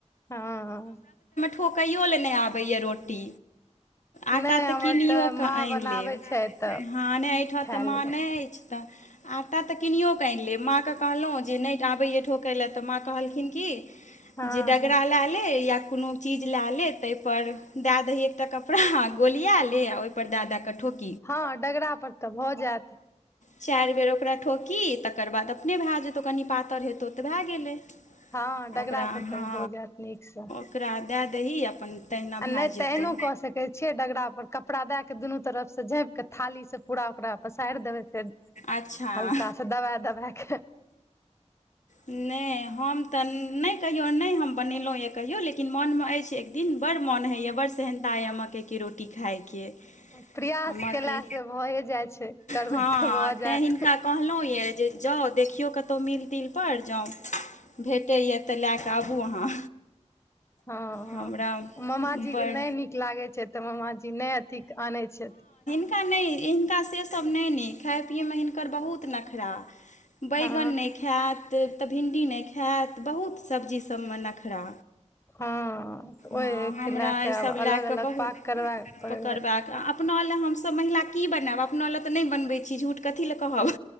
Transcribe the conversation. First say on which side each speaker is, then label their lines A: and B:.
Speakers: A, on the left; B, on the left.
A: हां-हां।
B: ठोकयौ ला नेय आबै या रोटी
A: नहि
B: आटा
A: हमर
B: तऽ किनीयौ कऽ
A: माँ
B: आनि
A: बनाबै
B: लेब
A: छै तऽ
B: हाँ नेय एहठाम
A: खा
B: तऽ
A: लेलहुँ
B: माँ नेय छै तऽ। आटा तऽ किनियोऽ कऽ आएन लेब माँकेँ कहलौ जे नेय आबै या ठोके ला तऽ माँ कहलखिन की
A: हँ
B: जे डगरा
A: हँ
B: ला ले या कोनो चीज ला ले तेए पर दा दही एकटा कपड़ा गोलिया ले ओए पर दा-दा कऽ ठोक।
A: हाँ डगरा पर तऽ भऽ जायत।
B: चार बार ओकरा ठोकी तकर बाद अपने भाए जेतौ कनि पातर हेतौ तऽ भा गेलै।
A: हाँ डगरा
B: ओकरा
A: पर
B: हँ
A: तऽ भऽ जायत नीक से।
B: ओकरा दा दही अपन तहिना भए
A: नेय
B: जेतौ
A: तऽ ऐनौ कऽ सकै कहे छिये डगरा पर कपड़ा दाय के दुनू तरफ से झाँप के थाली से पूरा ओकरा पसार देबे फेर।
B: अच्छा
A: हल्का सा दबा-दबा के
B: नहि हम तऽ नेय कहियो नेय हम बनेलौं या कहियौ लेकिन मन मे ऐछ एक दिन बड़ मन हैइया बड़ सह ता या मक्कै के रोटी खायके। अ
A: प्रयास
B: मक्कै
A: केला से भए जाइ छै करबै
B: हाँ
A: तऽ भऽ
B: तैं
A: जायत
B: हिनका कहलौं या जे जाउ देखियो कतौ मिल तिल पर जाउ भेटैए तऽ लए कऽ आबू अहाँ।
A: हँ हँ।
B: हमरा
A: मामाजीे
B: बड़
A: के नहि नीक लागैत छैय तऽ मामाजी नहि अथी आनैत छथि।
B: हिनका नहि हिनका सेसभ नहि नीक खाय पियैमे हिनकर बहुत नखरा। बैगन
A: हँ
B: नहि खायत तऽ भिण्डी नहि खायत बहुत सब्जी सभमे नखरा।
A: हँ तऽ ओहिके
B: हँ हमरा
A: लए कऽ
B: इसभ
A: आब अलग
B: लए कऽ
A: अलग
B: बहुत
A: पाक करबय पड़ै
B: पकड़
A: हेतै
B: बाक अपना लए हमसभ महिला की बनायब अपना लए तऽ नहि बनबै छी झूठ कथी लए कहब।